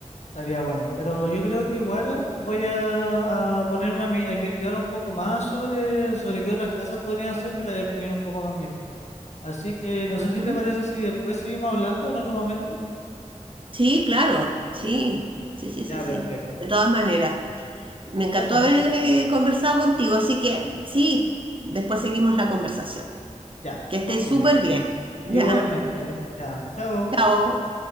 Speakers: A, on the left; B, on the right.
A: estaría bueno. Pero yo creo que igual voy a, a ponerme a, mi- a investigar un poco más sobre, sobre qué otras casas podrían hacer para definir un poco más mi estilo. Así que no
B: Ujú.
A: sé si te parece si después seguimos hablando en otro momento.
B: Sí, claro, sí, sí, sí,
A: Ya,
B: sí, sí.
A: perfecto.
B: De todas maneras, me encantó
A: Ya, pues,
B: haber eh, conversado contigo, así que sí, después seguimos la conversación.
A: ya.
B: Que estés
A: Ok.
B: súper bien. <laughs> Ya,
A: Igualmente. Ya. Chao.
B: chao.